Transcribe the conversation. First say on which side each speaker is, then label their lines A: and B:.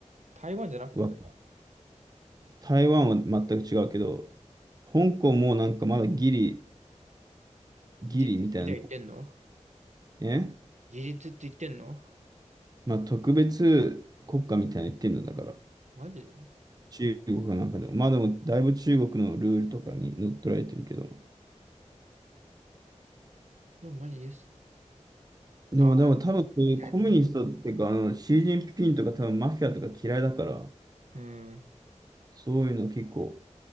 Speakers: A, on the right; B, on the right.
A: 台湾じゃなくてさ、
B: は、
A: それは
B: 台湾は全く違うけど、香港もなんかまだギリ、ギリみたいなの、
A: 事実みたいに言ってんの
B: ね。
A: 事実って言ってんの
B: まあ特別国家みたいなの言ってんのだから。
A: マジで
B: 中国はなんかでも。まあでもだいぶ中国のルールとかに乗っ取られてるけど。
A: これマジです。
B: でも、
A: あー、
B: でも多分そういうコミュニストっていうか、
A: みたいなね。
B: あの、シー・ジンピンとか多分マフィアとか嫌いだから、
A: うん。
B: そういうの結構